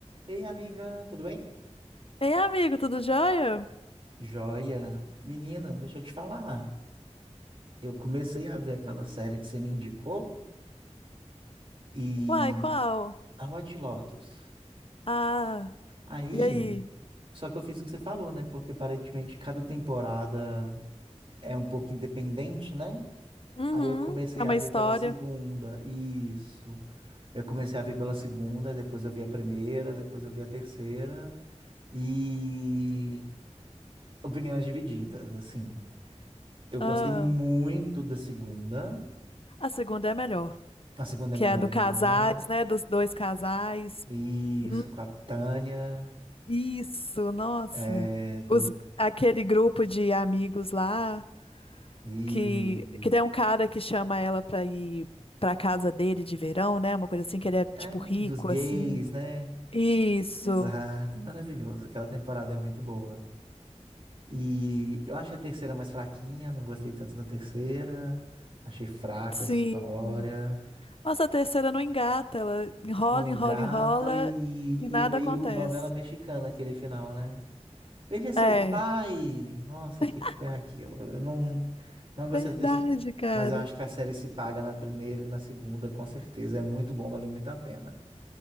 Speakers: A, on the right; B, on the left.
A: Ei, amiga, tudo bem?
B: Ei, amigo, tudo jóia?
A: Joia. Menina, deixa eu te falar. Eu comecei a ver aquela série que você me indicou e
B: Uai, qual?
A: a White Lotus.
B: Ah,
A: Aí,
B: e aí?
A: só que eu fiz o que você falou, né? Porque aparentemente cada temporada é um pouco independente, né?
B: Uhum,
A: Aí eu comecei
B: tem uma
A: a ver
B: história.
A: pela segunda. Isso. Eu comecei a ver pela segunda, depois eu vi a primeira, depois eu vi a terceira e opiniões divididas, assim. Eu
B: Ah,
A: gostei muito da segunda.
B: a segunda é a melhor,
A: A segunda
B: que
A: é melhor
B: é a do
A: mesmo,
B: casais,
A: né?
B: né? Dos dois casais.
A: Isso,
B: Hum,
A: com a Tânia,
B: isso, nossa.
A: é, do,
B: Os, aquele grupo de amigos lá,
A: e,
B: que, que tem um cara que chama ela pra ir pra casa dele de verão, né? Uma coisa assim, que ele é, tipo,
A: é,
B: rico,
A: dos gays,
B: assim.
A: né?
B: Isso,
A: Exato, é maravilhoso. Aquela temporada é muito boa. E eu acho a terceira mais fraquinha, não gostei tanto da terceira. Achei fraco
B: sim.
A: a história,
B: Nossa, a terceira não engata, ela enrola,
A: não engata
B: enrola, enrola
A: e,
B: e
A: e
B: nada
A: é meio
B: acontece.
A: novela mexicana aquele final, né? Ele é seu
B: É,
A: pai! Nossa,
B: <laughs>
A: o que que foi aquilo? Eu não, não gostei
B: verdade,
A: do terceiro.
B: cara.
A: Mas eu acho que a série se paga na primeira e na segunda, com certeza. É muito bom, valeu muito a pena.